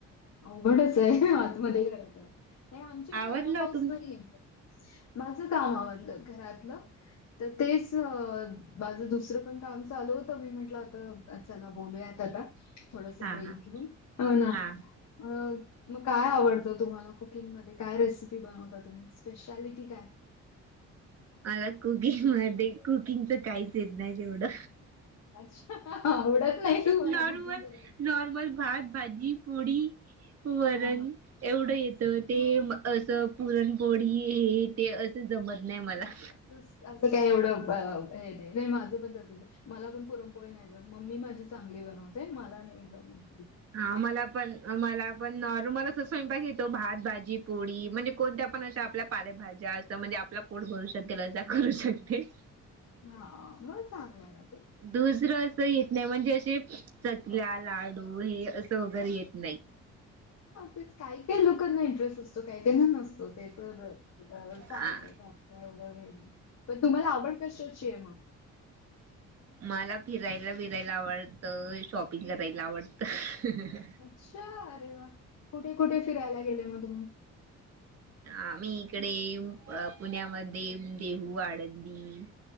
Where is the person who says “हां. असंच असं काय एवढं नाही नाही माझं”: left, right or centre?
Left